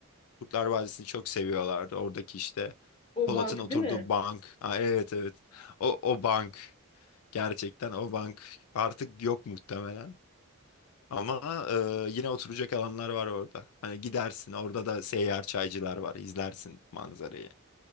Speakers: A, on the left; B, on the left.
A: Kurtlar Vadisi'ni çok seviyorlardı. Oradaki işte
B: O
A: Polat'ın
B: bank
A: oturduğu
B: değil mi?
A: bank. Ha, evet evet. O, o bank gerçekten o bank artık yok muhtemelen. Ama eee, yine oturacak alanlar var orada. Hani gidersin orada da seyyar çaycılar var izlersin manzarayı.